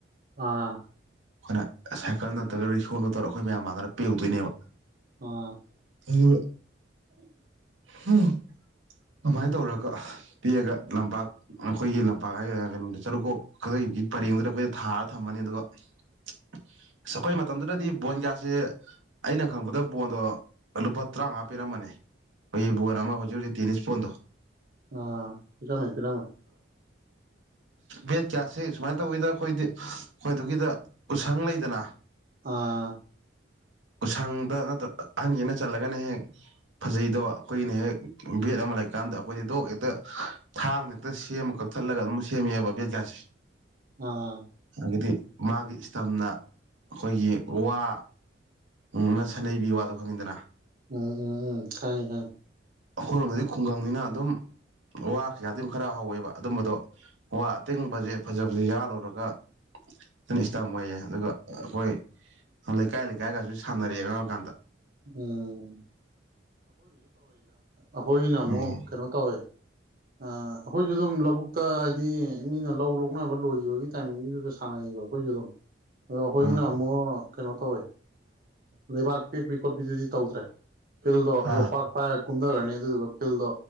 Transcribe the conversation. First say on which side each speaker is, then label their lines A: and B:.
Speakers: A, on the right; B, on the right.
A: ꯑꯥ
B: ꯑꯩꯈꯣꯏꯅ ꯁꯥꯏꯀꯜ ꯅꯠꯇ꯭ꯔꯒ ꯔꯤꯛꯁꯣꯅ ꯇꯧꯔꯒ ꯑꯩꯈꯣꯏ ꯃꯌꯥꯝ ꯃꯥꯟꯅꯔ ꯄ‌ꯦꯛꯎꯨꯗꯣꯏꯅꯦꯕ
A: ꯑꯥ
B: ꯑꯗꯨꯕꫭ
A: <unintelligible>
B: ꯍꯝ ꯑꯗꯨꯃꯥꯏꯅ ꯇꯧꯔꯒ ꯄꯤꯑꯒ ꯂꯝꯄꯥꯛ ꯑꯩꯈꯣꯏꯒꯤ ꯂꯝꯄꯥꯛ ꯍꯥꯏ ꯀꯩꯅꯣꯗ ꯆꯔꯨꯛꯀꯣꯛ ꯈ ꯄꯔꯦꯡꯗꯨꯗ ꯑꯩꯈꯣꯏꯗ ꯊꯥꯔ ꯊꯝꯃꯅꯤ ꯑꯗꯨꯒꯈꯣꯏ ꯃꯇꯝꯗꯨꯗꯗꯤ ꯕꯣꯟ ꯒ꯭ꯌꯥꯁꯁꯦ ꯑꯩꯅ ꯈꯪꯕꯗ ꯕꯣꯟꯗꯣ ꯂꯨꯄꯥ ꯇꯔꯥꯃꯉꯥ ꯄꯤꯔꯝꯃꯅꯤ ꯑꯩꯏ ꯅꯥꯃ ꯍꯧꯆ ꯍꯧ ꯇꯦꯅꯤꯁꯄꯣꯟꯟꯗꯣ
A: ꯑꯥ ꯄꯤꯔꯃꯦ ꯄꯤꯔꯃꯦ
B: ꯕꯦꯠ ꯀꯌꯥꯁꯦ ꯁꯨꯃꯥꯏꯅ ꯇꯧꯋꯤꯗ ꯑꯩꯈꯣꯏꯗꯤ ꯑꯩꯈꯣꯏꯗꯨꯒꯤꯗ ꯎꯁꯪ ꯂꯩꯗꯅ
A: ꯑꯥ
B: ꯎꯁꯪꯗ ꯅꯠꯇ꯭ꯔ ꯑꯍꯟꯒꯤꯅ ꯆꯜꯂꯒꯅ ꯍꯦꯛ ꯐꯖꯩꯗꯣ ꯑꯩꯈꯣꯏꯒꯤꯅ ꯍꯦꯛ ꯕꯦꯠ ꯑꯃ ꯂꯩꯀꯥꯟꯗ ꯑꯩꯈꯣꯏꯗꯤ ꯗꯣꯛ ꯍꯦꯛꯇ ꯊꯥꯡꯅ ꯍꯦꯛꯇ ꯁꯦꯝꯃ ꯀꯛꯊꯠꯂꯒ ꯑꯗꯨꯝ ꯁꯦꯝꯃꯦꯑꯕ ꯕꯦꯠ ꯀꯌꯥꯁꯦ
A: ꯑꯥ
B: ꯑꯗꯤ ꯃꯥꯒꯤ ꯏꯁꯇꯝꯅ ꯑꯩꯈꯣꯏꯒꯤ ꯋꯥ ꯉꯅ ꯁꯥꯟꯅꯩꯕꯤ ꯋꯥꯗꯣ ꯈꯪꯉꯤꯗꯅ
A: ꯎꯝ ꯎꯝ ꯎꯝ ꯍ ꯍ
B: ꯑꯩꯈꯣꯏꯔꯣꯝꯗꯗꯤ ꯈꯨꯡꯒꯪꯅꯤꯅ ꯑꯗꯨꯝ ꯋꯥ ꯀꯩꯌꯥꯗꯤ ꯑꯗꯨꯝ ꯈꯔ ꯍꯧꯋꯦꯕ ꯑꯗꯨꯝꯕꯗꯣ ꯋꯥ ꯑꯇꯤꯡꯕꯁꯦ ꯐꯖꯕꯁ ꯌꯥ ꯂꯧꯔꯒ ꯑꯗꯨꯅ ꯏꯁꯇꯝ ꯑꯣꯏꯌꯦ ꯑꯗꯨꯒ ꯑꯩꯈꯣꯏ ꯂꯩꯀꯥꯏ ꯂꯩꯀꯥꯏꯒꯁꯨ ꯁꯥꯟꯅꯔꯦ ꯀꯔꯝ ꯀꯥꯟꯗ
A: ꯎꯝ ꯑꯍꯣꯏ ꯏ ꯅꯃꯨ
B: ꯎꯝ
A: ꯀꯩꯅꯣ ꯇꯧꯋꯦ ꯑꯩꯈꯣꯏꯁꯨ ꯑꯗꯨꯝ ꯂꯧꯕꯨꯛꯇ ꯍꯥꯏꯗꯤ ꯃꯤꯅ ꯂꯧ ꯂꯣꯛꯅꯕ ꯂꯣꯏꯈꯤꯕꯒꯤ ꯇꯥꯏꯃꯤꯡꯒꯤꯗꯨꯗ ꯁꯥꯟꯅꯩꯌꯦꯕ ꯑꯩꯈꯣꯏ ꯗꯣ ꯑꯗꯣ ꯑꯩꯈꯣꯏꯒꯤꯅ
B: ꯑꯥ
A: ꯑꯃꯨꯛ ꯀꯩꯅꯣ ꯇꯧꯋꯦ ꯂꯩꯕꯥꯛ ꯄꯦꯛꯄꯤ ꯈꯣꯠꯄꯤꯗꯨꯗꯤ ꯇꯧꯗ꯭ꯔꯦ ꯐꯤꯜꯗꯣ
B: ꯑꯥ
A: ꯌꯣꯄꯥꯛ ꯄꯥꯏꯔꯒ ꯀꯨꯝꯊꯔꯅꯤ ꯑꯗꯨꯗꯨꯒ ꯐꯤꯜꯗꯣ